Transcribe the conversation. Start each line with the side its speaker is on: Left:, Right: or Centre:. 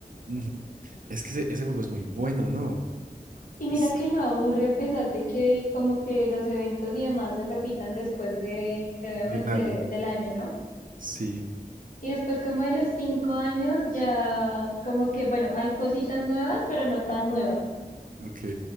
Right: Ujú. Es que ese, ese juego es muy bueno, ¿no?
Left: Y mira
Right: Es
Left: que no aburre a pesar de que como que los eventos y demás se repitan después de, de obviamente
Right: de un año.
Left: del año, ¿no?
Right: Sí,
Left: Y después como de los cinco años ya como que, bueno, hay cositas nuevas, pero no tan nuevas.
Right: Ok.